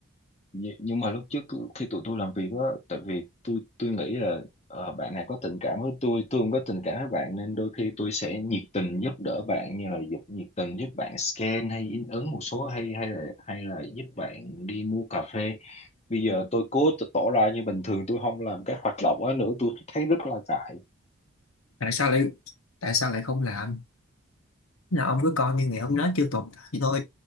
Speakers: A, on the left (about 30°); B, on the left (about 80°).
A: Nh- nhưng mà lúc trước cứ- khi tụi tôi làm việc á tại vì tôi tôi nghĩ là ờ, bạn này có tình cảm với tôi tôi không có tình cảm với bạn nên đôi khi tôi sẽ nhiệt tình giúp đỡ bạn như là giúp nhiệt tình giúp bạn scan hay in ấn một số hay hay là hay là giúp bạn đi mua cà phê bây giờ tôi cố t- tỏ ra như bình thường tôi không làm các hoạt động ấy nữa tôi thấy rất là ngại
B: tại sao lại tại sao lại không làm là ông cứ coi như ngày hôm đó chưa tồn tại thôi